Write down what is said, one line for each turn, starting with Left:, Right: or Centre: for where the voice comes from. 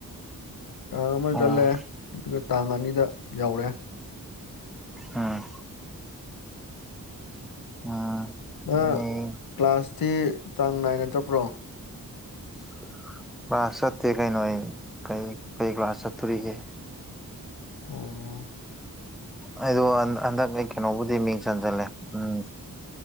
Left: ꯇꯥꯡ ꯑꯃ
Centre: ꯑꯣ
Left: ꯆꯠꯂꯦ ꯑꯗꯨꯒ ꯇꯥꯡ ꯑꯅꯤꯗ ꯌꯧꯔꯦ
Centre: ꯎꯝ ꯎꯝ
Left: ꯅꯪ
Centre: ꯑꯩ
Left: ꯀ꯭ꯂꯥꯁꯇꯤ ꯆꯥꯡ ꯅꯥꯏꯅ ꯆꯠꯄ꯭ꯔꯣ
Centre: <inaudible> ꯀ꯭ꯂꯥꯁ ꯆꯠꯇꯦ ꯀꯩꯅꯣ ꯑꯩ ꯀꯩ ꯀꯩ ꯀ꯭ꯂꯥꯁ ꯆꯠꯇꯣꯔꯤꯒꯦ
Left: ꯑꯣ
Centre: ꯑꯩꯗꯣ ꯍꯟꯗꯛ ꯑꯩ ꯀꯩꯅꯣꯕꯨꯗꯤ ꯃꯤꯡ ꯆꯟꯁꯤꯜꯂꯦ ꯎꯝ